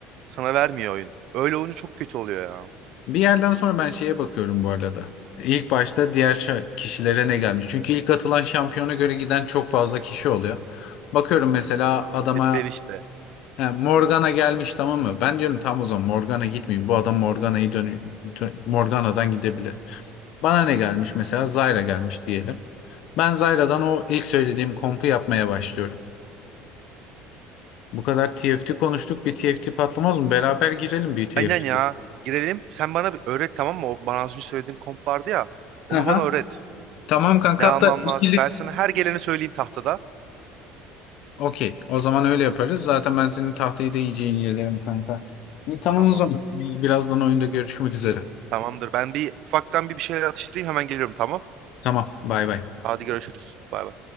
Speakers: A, on the right; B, on the left.
A: sana vermiyor oyun. Öyle olunca çok kötü oluyor ya.
B: Bir yerden sonra ben şeye bakıyorum bu arada. İlk başta diğer şa- kişilere ne gelmiş? Çünkü ilk atılan şampiyona göre giden çok fazla kişi oluyor. Bakıyorum mesela adama
A: E, Ben işte.
B: he, Morgana gelmiş tamam mı? Ben diyorum tam o zaman Morgana gitmeyeyim. Bu adam Morgana'yı dön dön- Morgana'dan gidebilir. Bana ne gelmiş mesela? Zyra gelmiş diyelim. Ben Zyra'dan o ilk söylediğim kompu yapmaya başlıyorum. Bu kadar TFT konuştuk. Bir TFT patlamaz mı? Beraber girelim bir TFT.
A: Aynen ya. Girelim. Sen bana bir öğret tamam mı? O bana az önce söylediğin komp vardı ya. Onu
B: Aha.
A: bana öğret.
B: Tamam kanka
A: Ne almam
B: hatta ikili.
A: lazım? Ben sana her geleni söyleyeyim tahtada.
B: Okey. O zaman öyle yaparız. Zaten ben senin tahtayı da iyice incelerim kanka. İyi tamam
A: Tamamdır.
B: o zaman. Birazdan oyunda görüşmek üzere.
A: Tamamdır. Ben bir ufaktan bir bir şeyler atıştırayım hemen geliyorum tamam.
B: Tamam. Bay bay.
A: Hadi görüşürüz. Bay bay.